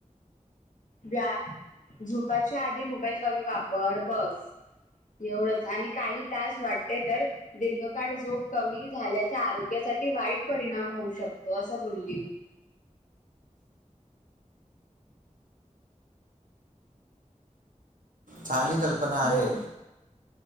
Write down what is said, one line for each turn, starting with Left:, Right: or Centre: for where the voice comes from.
Left: व्या- झोपायच्या आधी मोबाईल कमी वापर बस. एवढंच आणि काही तास वाटते तर दीर्घकाळ झोप कमी झाल्याचा आरोग्यासाठी वाईट परिणाम होऊ शकतो. असं बोलली मी.
Right: चांगली कल्पना आहे.
Left: बोल.